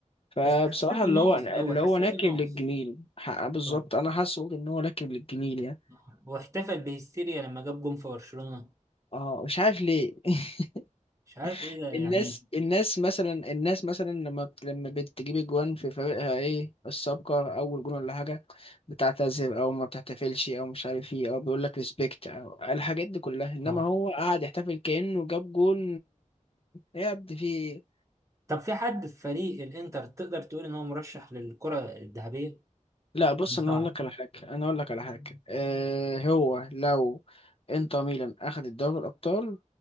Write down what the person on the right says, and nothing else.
بس حسيته
ناقص
أوي حسيته
ناقص
اه
آه. واحتفل بهستيريا لما جاب جون في برشلونة
مش عارف ايه ده يعني
اه
طب في حد في فريق الانتر تقدر تقول ان هو مرشح للكرة الذهبية؟
صعب